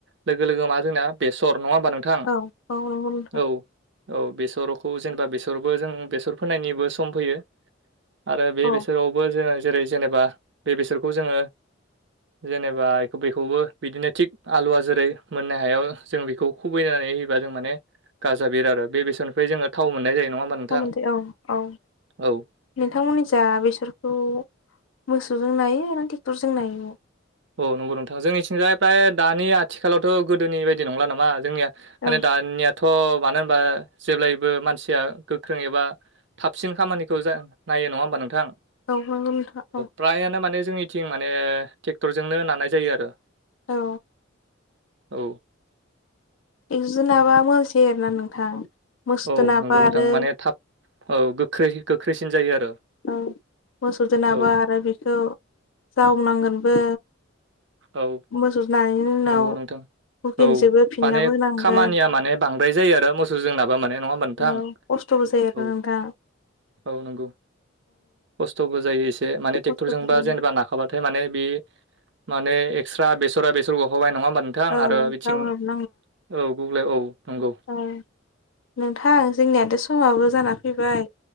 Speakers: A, on the right (about 60°); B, on the left (about 75°).
A: लोगो लोगो मा जोंना बेसर नङा होमबा नों थां
B: औ औ नंगौ नोंथां
A: औ-औ बेसरखौ जेनेबा बे जों बेसर फोनायनिबो सम फैयो आरो बे
B: औ
A: बेसरावबो जों जेरै जेनेबा बे बेसरखौ जोङो जेनेबा बेखौबो बिदिनो थिग आलुवा जेरै मोननो हायाव जों बि खौ खुबैनानै होयोबा जों माने गाजा बिरो आरो बेसननिफ्राय जोङो थाव मोननाय जायो नङा होमबा नोंथां
B: औ-औ
A: औ
B: नोंथांमोननि जा बेसरखौ मोसौजों नायो ना ट्रेक्टरजों नायो
A: औ नंगौ नोंथाङा जोंनिथिंजाय फ्राय दानि आथिखालावथ' गोदोनि बायदि नंला नामा जोंनिया
B: औ
A: माने दानियाथ' मानो होनबा जेब्लायबो मानसिया गोख्रों एबा थाबसिन खामानिखौ नायो नङा होमबा नोंथां
B: औ नोंगौ नोंथां औ
A: फ्रायानो माने जोंनिथिं माने ट्रेक्टरजोंनो नानाय जायो आरो
B: औ
A: औ
B: एकजुनाबा मोसै आरोना नोंथां मोसौजों
A: औ
B: नाबा
A: नंगौ नोंथां
B: आरो
A: माने थाब औ गोख्रै गोख्रैसिन जायो आरो
B: औ मोसौ जों नाबा
A: औ
B: आरो बेखौ जावनांगोनबो
A: औ
B: मोसौ जानायनि उनाव
A: नंगौ नोंथां
B: हुकेनजोंबो
A: औ
B: फिननाबो
A: माने
B: होनांगोन
A: खामानिया माने बांद्राय जायो आरो मोसौ जोंनाब मे नङा नोंथां
B: औ खस्थ'बो जायो आरो
A: औ
B: नों दा
A: औ नंगौ खस्थ'बो जायो एसे माने
B: खस्थ'बो
A: ट्रेक्टरजोंबा
B: जायो
A: जेनेबा बाथाय माने बे माने एक्सट्रा बेसरा बेसर गखाबाय नङा होमबा नोंथां
B: औ
A: आरो बिथिं
B: जावनोबो
A: औ गुग्ले औ नंगौ
B: ए नोंथां जोंनियाथ' समाबो जाना फैबाय